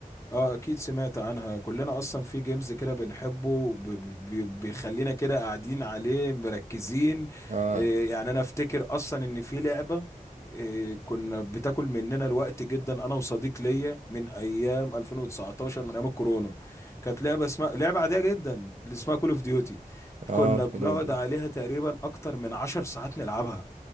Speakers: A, on the left (about 20°); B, on the right (about 55°).
A: اه اكيد سمعت عنها كلنا اصلا في جيمز كده بنحبه ب- ب- ب- بيخلينا كده قاعدين عليه مركزين
B: اه
A: إيه يعني انا افتكر اصلا ان في لعبة إيه كنا بتاكل مننا الوقت جدا انا وصديق ليا من ايام 2019 من ايام الكورونا كانت لعبة اسمها لعبة عادية جدا اللي اسمها كول اوف ديوتي
B: اه
A: كنا بنقعد
B: حلو دي.
A: عليها تقريبا اكتر من عشر ساعات نلعبها